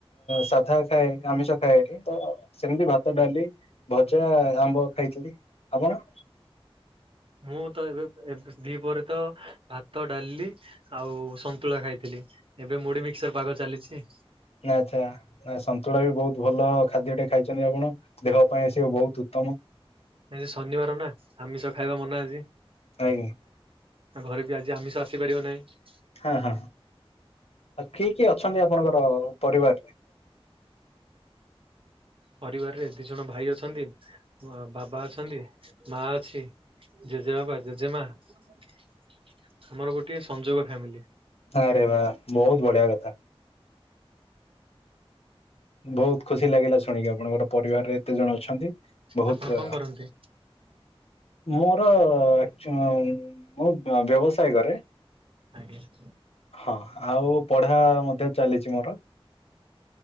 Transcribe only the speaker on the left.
ସାଧା ଖାଏ ଆମିଷ ଖାଏ ଏଠି ତ ସେମତି ଭାତ ଡାଲି ଭଜା ଆମ୍ବ ଖାଇଥିଲି ଆପଣ
ନା ଆଚଛା ନା ସନ୍ତୁଳା ବି ବହୁତ ଭଲ ଖାଦ୍ୟଟେ ଖାଇଛନ୍ତି ଆପଣ ଦେହ ପାଇଁ ଆସିବ ବହୁତ ଉତ୍ତମ
ନାଇଁ କି?
ହଁ ହଁ ଆଉ କିଏ କିଏ ଅଛନ୍ତି ଆପଣଙ୍କର ପରିବାରରେ
ହରେ ବାା ବହୁତ ବଢିଆ କଥା ବହୁତ ଖୁସି ଲାଗିଲା ଶୁଣିକି ଆପଣଙ୍କର ପରିବାରରେ ଏତେ ଜଣ ଅଛନ୍ତି ବହୁତ
ମୋର ମର ମୁଁ ବ୍ୟବସାୟ କରେ
ହଁ ଆଉ ପଢା ମଧ୍ୟ ଚାଲିଛି ମୋର